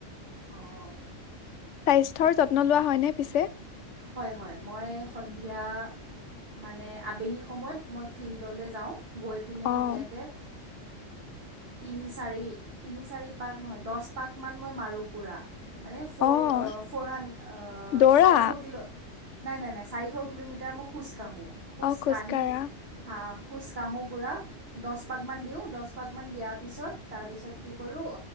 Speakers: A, on the right; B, on the left.
A: অ',
B: স্বাস্থ্যৰ যত্ন লোৱা হয়নে। পিছে
A: হয় হয় মই সন্ধিয়া মানে আবেলি সময়ত মই ফিল্ডলৈ যাওঁ গৈ পিনে
B: অ',
A: ধুনীয়াকৈ তিনি চাৰি তিনি চাৰি পাক নহয় দহ পাকমান মই মাৰোঁ পুৰা। মানে ফ'ৰ
B: অ',
A: ফ'ৰ হান
B: দৌৰা
A: চাৰিশ কিলো। নাই নাই নাই চাৰিশ কিলোমিটাৰ মই খোজকাঢ়ি খোজ
B: অ', খোজকাঢ়া
A: কাৰি হা খোজকাঢ়োঁ পূৰা দহ পাকমান দিওঁ দহ পাকমান দিয়াৰ পিছত তাৰপিছত কি কৰোঁ